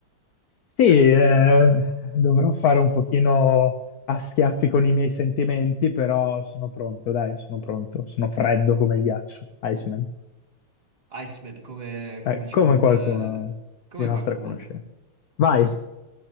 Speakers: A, on the left; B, on the right.
A: Sì, eh, dovrò fare un pochino a schiaffi con i miei sentimenti, però sono pronto, dai, sono pronto. Sono freddo come il ghiaccio, Iceman.
B: Iceman, come,
A: Eh,
B: come diciamo
A: come
B: un...
A: qualcuno
B: eh, come
A: di nostra
B: qualcuno.
A: conoscenza. Vai.
B: Di nostro